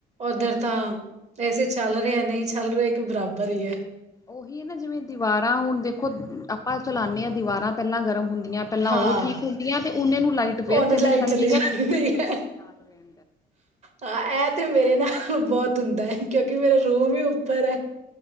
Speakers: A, on the right; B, on the left.
A: ਉੱਧਰ ਤਾਂ ਏ ਸੀ ਚੱਲ, ਰਿਹੇ ਨਹੀਂ ਚੱਲ, ਰਿਹਾ ਇੱਕ ਬਰਾਬਰ ਹੀ ਹੈ
B: ਉਹੀ ਹੈ ਨਾ ਜਿਵੇਂ, ਦੀਵਾਰਾਂ ਹੁਣ ਦੇਖੋ ਆਪਾਂ ਚਲਾਉਂਦੇ ਹਾਂ, ਦੀਵਾਰਾਂ ਪਹਿਲਾਂ ਗਰਮ ਹੁੰਦੀਆਂ ਪਹਿਲਾਂ
A: ਹਾਂ
B: ਉਹ ਠੀਕ ਹੁੰਦੀ ਹੈ, ਤੇ ਉਹਨੇ ਨੂੰ ਲਾਈਟ ਫਿਰ
A: ਉਹਨ
B: ਚਲੀ
A: ਲਾਈਟ
B: ਜਾਂਦੀ ਏ, ਤੇ ਫਿਰ ਫਰਹੀਆ
A: ਹੈ
B: ਰਹਿ
A: ਹਾਂ, ਇਹ ਤੇ ਮੇਰੇ ਨਾਲ ਬਹੁਤ ਹੁੰਦਾ ਹੈ। ਕਿਉਂਕਿ, ਮੇਰਾ ਰੂਮ ਹੀ ਉੱਪਰ ਹੈ